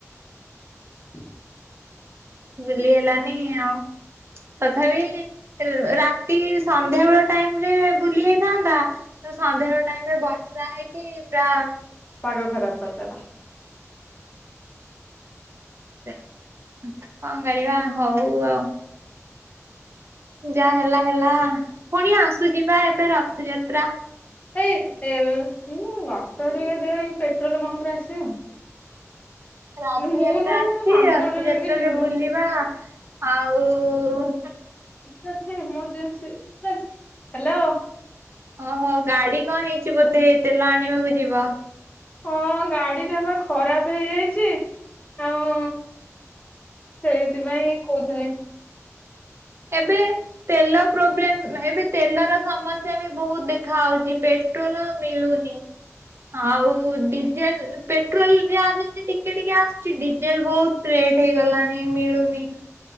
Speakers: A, on the left; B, on the right.
A: <inaudible>
B: ବୁଲି ହେଲାନି ଆଉ। ତଥାପି ର୍- ରାତି ସନ୍ଧ୍ୟାବେଳ ଟାଇମ ରେ ବୁଲି ଯାଇଥାନ୍ତା ତ ସନ୍ଧ୍ୟା ବେଳ ଟାଇମ ରେ ବର୍ଷା ହେଇକି ପୁରା
A: ପାଗ ଖରାପ କରିଦେଲା।
B: ସେଇ କଣ କରିବା ହଉ ଆଉ। ଯା ହେଲା ହେଲା। ପୁଣି ଆସୁଚି ବା ଏବେ ରଥଯାତ୍ରା।
A: ଏଇ ଏ ମୁଁ ରାସ୍ତା ଟିକେ ଦିଅ ଏଇ ପେଟ୍ରୋଲ <unintelligible>
B: ରାଥଯାତ୍ରା
A: କିନ୍ତୁ ମୁଁ ନୁହେଁ
B: ଆସଛି
A: ମୋ ସାଙ୍ଗ
B: ରଥଯାତ୍ରାରେ
A: ଗୋଟେ ଯାଇକି ଯିବ।
B: ବୁଲିବା ଆଉ।
A: ତାର ଏମର୍ଜେନ୍ସି ହ୍ୟାଲୋ।
B: ଓହୋ ଗାଡି କଣ ହେଇ କିଛି ବୋଧେ ତେଲ ଆଣିବାକୁ ଯିବ।
A: ହଁ ଗାଡିଟା ବା ଖରାପ୍ ହେଇଯାଇଛି ଆଉ। ସେଇଥିପାଇଁ କହୁଥିଲି।
B: ଏବେ ତେଲ ପ୍ରୋବ୍ଲେମ ଏବେ ତେଲର ସମସ୍ୟା ବି ବହୁତ ଦେଖା ହଉଛି ପେଟ୍ରୋଲ ମିଳୁନି ଆଉ ଡିଜେଲ ପେଟ୍ରୋଲ ଯାହା ଯେମତି ଟିକେ ଟିକେ ଆସୁଛି ଡିଜେଲ ବହୁତ ରେଟ୍ ହେଇଗଲାଣି ମିଳୁନି।